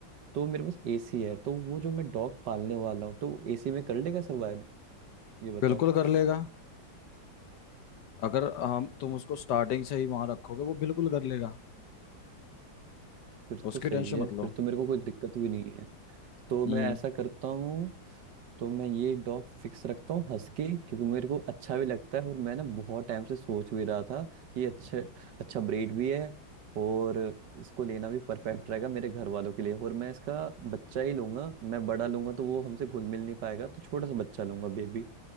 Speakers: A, on the right (about 65°); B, on the left (about 65°).
A: तो मेरे पास एसी है तो वो जो मैं डॉग पालने वाला हूँ तो एसी में कर लेगा सर्वाइव ये बताओ
B: बिल्कुल कर लेगा अगर हम तुम उसको स्टार्टिंग से ही वहां रखोगे वो बिल्कुल कर लेगा
A: फिर
B: उसकी
A: तो सही
B: टेंशन
A: है
B: मत लो
A: फिर तो मेरे को कोई दिक्कत भी नहीं है तो
B: हम्म
A: मैं ऐसा करता हूँ तो मैं ये डॉग फिक्स रखता हूँ हस्की क्योंकि मेरे को अच्छा भी लगता है और मैं ना बहुत टाइम से सोच भी रहा था कि अच्छा अच्छा ब्रीड भी है और इसको लेना भी परफेक्ट रहेगा मेरे घर वालों के लिए और मैं इसका बच्चा ही लूंगा मैं बड़ा लूंगा तो वो हमसे घुल मिल नहीं पाएगा तो छोटा सा बच्चा लूंगा बेबी